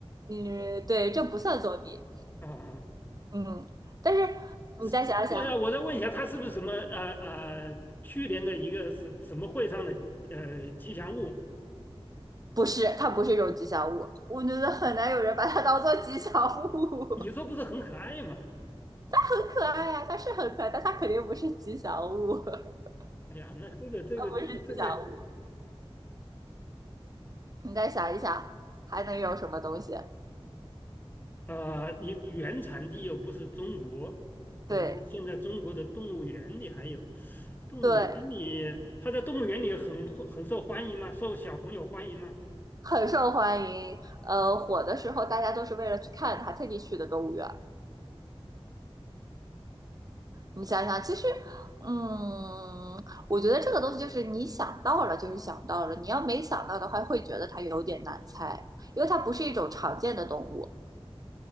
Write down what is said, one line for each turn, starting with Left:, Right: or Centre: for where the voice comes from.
Right: 嗯，对，这不算作弊，
Left: 啊，
Right: 嗯。但是
Left: 是是呃，
Right: 你再想想，
Left: 我再问一下，它是不是什么呃呃去年的一个什什么会上的呃吉祥物？
Right: 不是，它不是一种吉祥物，我觉得很难有人把它当做吉祥物。
Left: 你说不是很可爱吗？
Right: <laughs> 很可爱呀、它是很可爱，但它肯定不是吉祥物，<laughs>
Left: 哎呀，那这个这个这个这个，
Right: 它不是吉祥物。你再想一想，还能有什么东西？
Left: 呃，你原产地又不是中国啊，
Right: 对
Left: 然后现在中国的动物园里还有，动物园里它在动物园里很很受欢迎吗？
Right: 对，
Left: 受小朋友欢迎吗？
Right: 很受欢迎。呃，火的时候大家都是为了去看它，特地去的动物园儿你想想，其实，嗯，我觉得这个东西就是你想到了就是想到了，你要没想到的话，会觉得它有点难猜，因为它不是一种常见的动物。